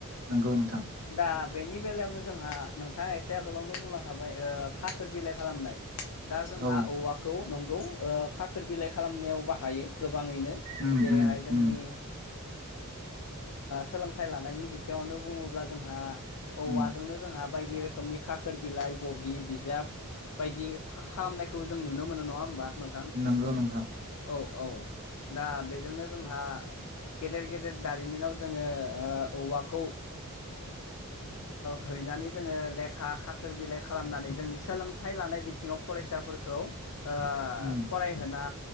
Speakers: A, on the right; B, on the left.
A: नंगौ नोंथां
B: दा बेनि बेलायावनो जोंहा नोंथाङा एसे आगोलावनो बुंलांखाबाय खाखोर बिलाइ खालामनाय दा जोंहा
A: औ
B: औवाखौ नंगौ ओ खाखोर बिलाइ खालामनायाव बाहायो गोबाङैनो
A: उम
B: जेरैहाय
A: उम
B: जोंनि
A: उम
B: ओ सोलोंथाइ लानायनि बिथिङावनो बुङोब्ला जोंहा औवाजोंनो
A: उम
B: जोंहा बायदि रोखोमनि खाखोर बिलाइ बहि बिजाब बायदि खालामनायखौ जों नुनो मोनो नङा होमबा नोंथां
A: नंगौ नोंथां
B: औ औ दा बेजोंनो जोंहा गेदेर गेदेर दारिमिनाव जोङो औवाखौ हैनानै जोङो लेखा खाखोर बिलाइ खालामनानै जोंनि सोलोंथाइ लानाय बिथिङाव फराय फिसाफोरखौ ओ
A: उम
B: फरायहोना